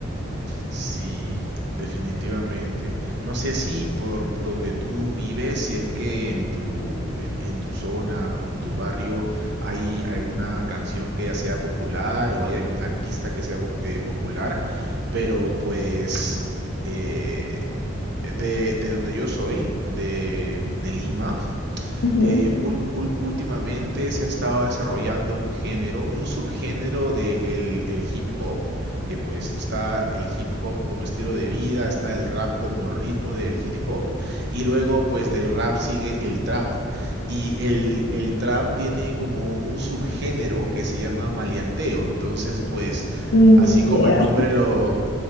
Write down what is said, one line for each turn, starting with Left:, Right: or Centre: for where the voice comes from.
Right: Sí, definitivamente. No sé si por, por donde tú vives, si es que en tu, en, en tu zona o en tu barrio hay alguna canción que ya sea popular o hay algún artista que sea pop- eh, popular, pero pues eh, de, de donde yo soy, de, de Lima,
Left: Ujú.
Right: eh, ul- ul- últimamente se ha estado desarrollando un género, un subgénero de el, el hip hop, que pues está el hip hop como estilo de vida, está el rap como ritmo del hip hop, y luego pues del rap sigue el trap. Y el, el trap tiene como un subgénero que se llama maleanteo. Entonces, pues,
Left: Mm,
Right: así como
Left: yeah.
Right: el nombre lo,